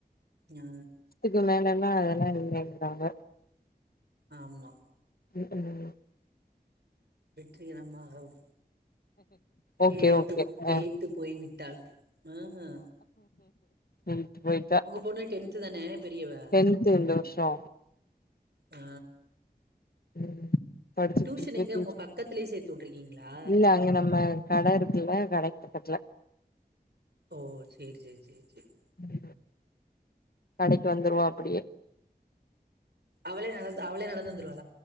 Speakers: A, on the right (about 80°); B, on the left (about 65°).
A: ஆ
B: இல்ல வோண்டான அதெல்லா இல்லைங்கராங்க
A: ஆமா
B: ம் ம்
A: வெற்றி இனமாகவ்
B: ஓகே
A: எய்த்துப்
B: ஓகே ஆ
A: எய்த்து போய் விட்டாள் அ ஆ
B: எயித் போயிட்டா
A: பொண்ணு டென்த்து தானே பெரியவ
B: டென்த் டென்த் இந்த வருஷோ
A: ஆ
B: ம் படிச்சுட்டு
A: டியூஷன்
B: இருக்கு
A: எங்க
B: ட்யூ
A: உங்க பக்கத்துலயே சேத்து வுட்ருக்கீங்களா
B: இல்ல அங்க நம்ம கடை இருக்குல்ல கடைக்கு பக்கத்துல
A: ஓ சேர் சேரி சேரி சேர்
B: ம் கடைக்கு வந்துருவா அப்படியே
A: அவளே நடந் அவளே நடந்து வந்துருவாள்